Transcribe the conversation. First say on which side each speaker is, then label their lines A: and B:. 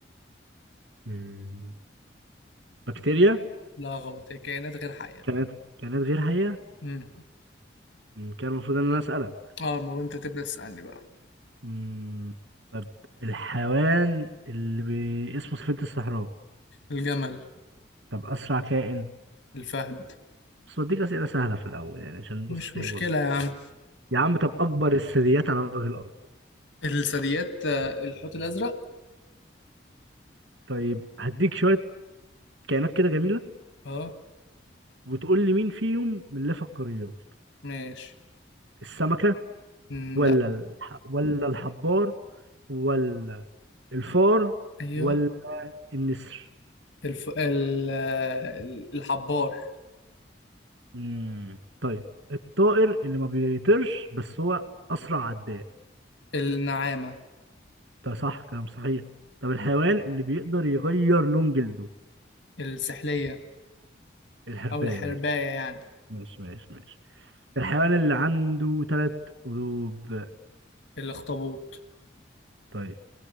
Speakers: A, on the right (about 85°); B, on the left (about 80°).
A: مم، بكتيريا
B: لا غلط هي كائنات غير حية
A: كانت كانت غير حية
B: امم
A: مم، كان المفروض ان انا اسألك
B: اه المهم انت تبدأ تسألني بقى
A: مم، طب الحيوان اللي بي... اسمه سفينة الصحراء
B: الجمل
A: طب اسرع كائن
B: الفهد
A: بس بديك اسئلة سهلة في الاول يعني عشان
B: مش
A: بص ايه
B: مشكلة
A: برضه
B: يا عم
A: يا عم طب اكبر الثدييات على وجه الارض
B: الثدييات آه، الحوت الأزرق
A: طيب هديك شوية كائنات كده جميله
B: اه
A: وتقول لي مين فيهم من اللي في القريات
B: ماشي
A: السمكه
B: مم،
A: ولا
B: لا
A: الح... ولا الحبار ولا الفار
B: ايوه
A: ولا النسر
B: الف... ال... آه، ال- الحبار
A: امم طيب الطائر اللي ما بيطيرش بس هو اسرع عداء
B: النعامة
A: ده صح كلام صحيح طب الحيوان اللي بيقدر يغير لون جلده
B: السحلية
A: الحرباية
B: أو الحرباية
A: ماشي
B: يعني
A: ماشي ماشي ماشي الحيوان اللي عنده ثلاث قلوب
B: الأخطبوط
A: طيب